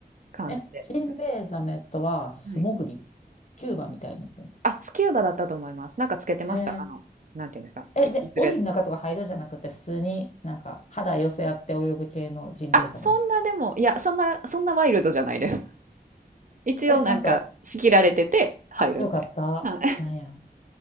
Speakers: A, on the right; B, on the left.
A: 感じで、
B: え、
A: やったりとか。
B: ジンベエザメとは素潜りスキューバみたいにするの。
A: はい。あ、スキューバだったと思います。なんかつけてました。
B: へー
A: あの、なんていうんですか、
B: え、
A: 一気するやつ。
B: で、檻の中とか入るじゃなくて、普通になんか肌寄せ合って泳ぐ系のジンベエザメですか。
A: あ、そんなでも、いや、そんな、そんなワイルドじゃないです。一応なんか仕切られてて入るみたいな。
B: え、ちゃんと、あ、よかった。
A: はい。
B: なんや。